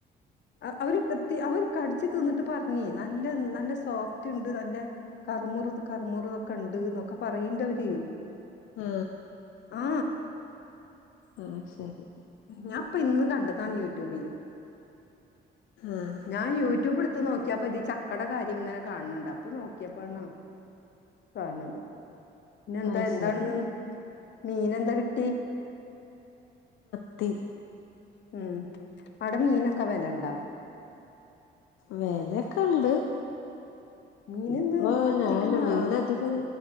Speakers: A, on the left; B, on the left.
A: ആ അവര് അവർ കടിച്ച് തിന്നിട്ട് പറഞ്ഞ് നല്ല നല്ല സോഫ്റ്റ്ണ്ട് നല്ല കറുമുറു കറു മുറൊക്കെണ്ട്ന്നൊക്കെ പറയ്ണ്ടവര്
B: ആ
A: ആ
B: ആ ശെരി.
A: ഞാൻപ്പൊ ഇന്ന് കണ്ടതാണ് യൂട്യൂബില്.
B: ആഹ്
A: ഞാൻ യൂടൂബ് ഇട്ത്ത് നോക്കിയാപ്പൊ ഇത് ചക്കടെ കാര്യം ഇങ്ങനെ കാണുന്നുണ്ട് അപ്പൊ നോക്കി യപ്പോ ആണ് കാണത്. പിന്നെ എന്താ
B: ആഹ്
A: എന്താണിന്ന്
B: ശരി
A: മീനെന്താ കിട്ടി?
B: ത്തി.
A: മം അവടെ മീനൊക്കെ വെലണ്ടോ?
B: വെലൊക്കെണ്ട്.
A: മീനിന്ന്
B: ഇപ്പൊ
A: മത്തിക്ക്
B: ഞാൻ
A: നാന്നൂറ്
B: മീനധികം.